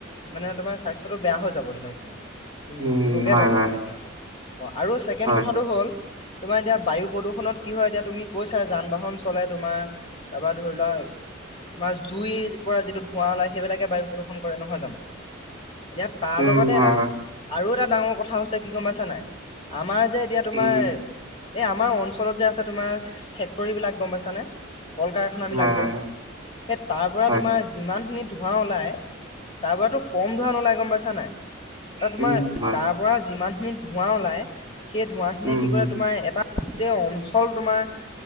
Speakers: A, on the left; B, on the right.
A: মানে তোমাৰ স্বাস্থ্যটো বেয়া হৈ যাব দিনক দিনে।
B: উম
A: ৰোগে
B: হয়
A: পাব
B: হয়
A: মানে সিহঁতক অ, আৰু ছেকেণ্ড
B: হয়
A: কথাটো হ'ল? তোমাৰ এতিয়া বায়ু প্ৰদূষণত কি হয়, এতিয়া তুমি কৈছা যান বাহন চলে তোমাৰ তাৰপৰা ধৰি লোৱা তোমাৰ জুইৰ পৰা যিটো ধোঁৱা ওলাই সেইবিলাকে বায়ু প্ৰদূষণ কৰে নহয় জানো। এতিয়া তাৰ
B: উম
A: লগতে
B: হয়
A: এটা
B: হয়
A: আৰু এটা ডাঙৰ কথা হৈছে কি গম পাইছা নাই। আমাৰ যে এতিয়া তোমাৰ
B: উম
A: এই আমাৰ অঞ্চলত যে আছে তোমাৰ ফেক্টৰী বিলাক গম পাইছানে। কল কাৰ খানা বিলাক
B: হয় হয়
A: যে সেই তাৰ পৰা
B: হয়
A: তোমাৰ যিমান খিনি ধোঁৱা ওলাই তাৰ পৰাতো কম ধোঁৱা নোলাই ওলাই গম পাইছা নাই। এ তোমাৰ
B: উম হয়
A: তাৰ পৰা যিমান খিনি ধোঁৱা ওলাই। সেই ধোঁৱা খিনি
B: উম
A: কি
B: উম
A: কৰে তোমাৰ এটা গোটেই অঞ্চল তোমাৰ